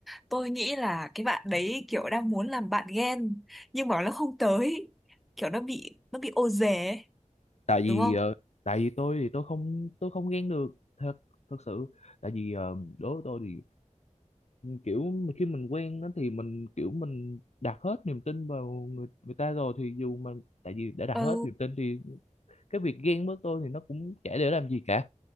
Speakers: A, in the centre; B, on the left.
A: Tôi nghĩ là cái bạn đấy kiểu đang muốn làm bạn ghen nhưng mà nó không tới. Kiểu nó bị nó bị ô dề ấy,
B: tại vì
A: đúng không?
B: ờ, tại vì tôi thì tôi không tôi không ghen được thật thật sự tại vì ờ, đối với tôi thì kiểu khi mình quen á thì mình kiểu mình đặt hết niềm tin vào người người ta rồi thì dù mà tại vì đã đặt
A: Ừ,
B: hết niềm tin thì cái việc ghen với tôi thì nó cũng chả để làm gì cả